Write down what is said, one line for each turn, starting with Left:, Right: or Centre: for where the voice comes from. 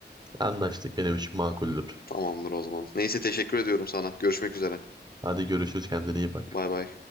Right: anlaştık benim için makuldür.
Left: Tamamdır o zaman. Neyse teşekkür ediyorum sana. Görüşmek üzere.
Right: Hadi görüşürüz kendine iyi bak.
Left: Bay bay.